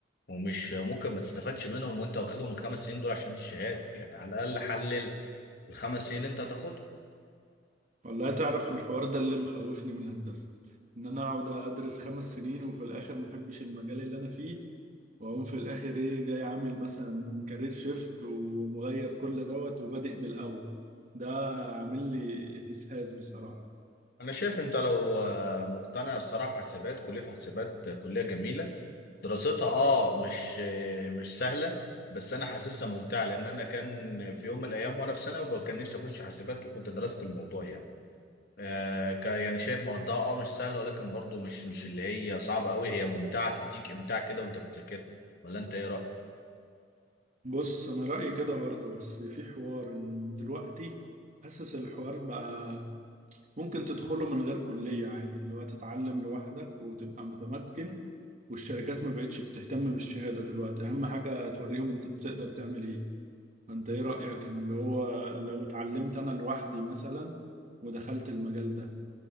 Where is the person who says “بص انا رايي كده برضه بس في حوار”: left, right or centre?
Right